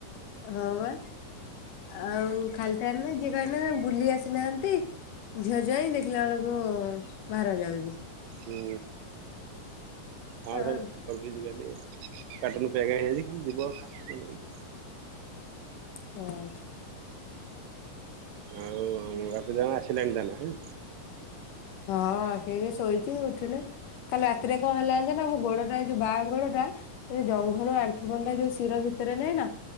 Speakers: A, on the left; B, on the right.
A: ହଁ ପା ଆଉ ଖାଲିଟାରେ ନା ଯିଏ କହିବ ନା ବୁଲି ଆସିନାହାନ୍ତି। ଝିଅ ଜ୍ବାଇଁ ଦେଖିଲା ବେଳକୁ ଭାର ଯାଉଛି।
B: ହୁଁ, ହଁ
A: ଆଉ
B: ସେଇ ବୁଲି ବାଲି କାର୍ଟୁନ୍ ପ୍ୟାକ୍ ହେଇଯାଇଚି ଖାଲି ଯିବ ଭାରକୁ ନେଇକି।
A: ହଁ।
B: ଆଉଁ ବାପ ଯାଣ ଆସିଲେଣିି ତାନଲେ ହଁ <unintelligible>
A: ହଁ ଆଖେଇକି ଶୋଇଛୁ ଉଠିନେ। କାଲି ରାତିରେ କଣ ହେଲା ଯାଣିଚ ନା? ମୋ ଗୋଡଟା ଏଇ ଯୋଉ ବାଁ ଗୋଡଟା। ଏ ଜଙ୍ଘରୁ ଆଣ୍ଠୁ ପର୍ଯ୍ୟନ୍ତ ଯୋଉ ଶିର ଭିତରେ ନାହିଁ ନା?